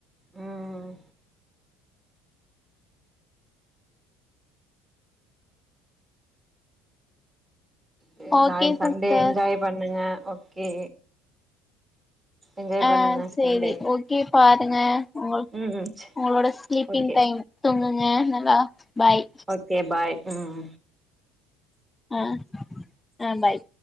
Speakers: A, on the right; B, on the left.
A: ம் செர்
B: ஓகே
A: நாளைக்கி சண்டே
B: சிஸ்டர்
A: என்ஜாய் பண்ணுங்க ஓக்கே என்ஜாய்
B: ஆ
A: பண்ணுங்க
B: சேரி
A: சண்டே
B: <unintelligible> பாருங்க உங்கள்
A: ம் ம்
B: உங்களோட ஸ்லீப்பிங்
A: ஓகே
B: டைம் தூங்குங்க நல்லா பாய்
A: கே பாய் ம்
B: ஆ ஆ பாய்